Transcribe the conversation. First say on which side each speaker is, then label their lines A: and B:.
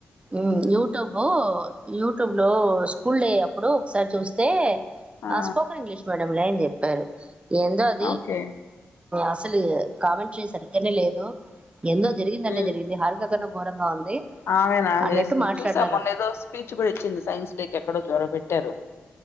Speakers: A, on the right; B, on the left.
A: ఉమ్ యూట్యూబు యూట్యూబ్ లో స్కూల్ డే అప్పుడు ఒకసారి చూస్తే
B: ఆ
A: స్పోకన్ ఇంగ్లీష్ మీడియం లే అని చెప్పారు ఏందో అది
B: ఓకే
A: అసలు కామెంట్రీ సరిగ్గానే లేదు ఎందో జరిగిందంటే
B: ఉమ్
A: జరిగింది హరికకన ఘోరంగా ఉంది
B: ఆమెనా
A: అన్నట్టు
B: చేసింది
A: మాట్లాడినారు
B: చూసా మొన్న ఏదో స్పీచ్ కూడా ఇచ్చింది సైన్స్ డే క ఎక్కడో జ్వర పె ట్టారు